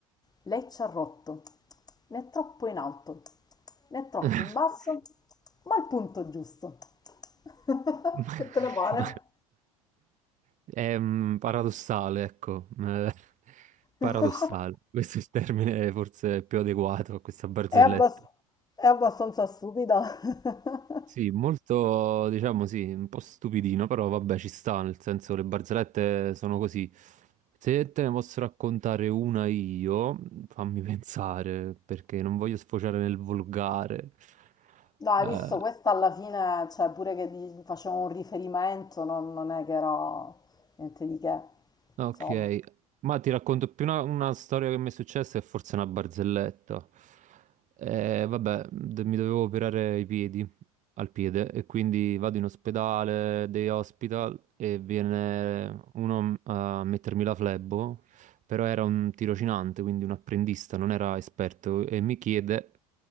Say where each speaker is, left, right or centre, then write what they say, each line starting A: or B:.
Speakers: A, on the left (about 20°); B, on the right (about 40°).
A: lei ci ha rotto, né troppo in alto, né troppo
B: <laughs>
A: in basso, ma al punto giusto. <laughs>
B: Ma-
A: Che te ne pare?
B: È mm, paradossale, ecco. <laughs> Eh, Paradossale.
A: <laughs>
B: Questo è il termine forse più adeguato a questa barzelletta.
A: È abbas- è abbastanza stupida. <laughs>
B: Sì, molto, diciamo sì, un po' stupidino, però vabbè, ci sta, nel senso le barzellette sono così. Se te ne posso raccontare una io, fammi <laughs> pensare, perché non voglio sfociare nel volgare.
A: No, hai
B: Eh,
A: visto, questa alla fine, cioè pure che di- facevo un riferimento, non, non è che era niente di che,
B: Ok,
A: insomma.
B: ma ti racconto più una, una storia che mi è successa e forse una barzelletta. Eh, vabbè, d- mi dovevo operare i piedi, al piede, e quindi vado in ospedale, day hospital, e viene uno a mettermi la flebo, però era un tirocinante, quindi un apprendista, non era esperto, e mi chiede,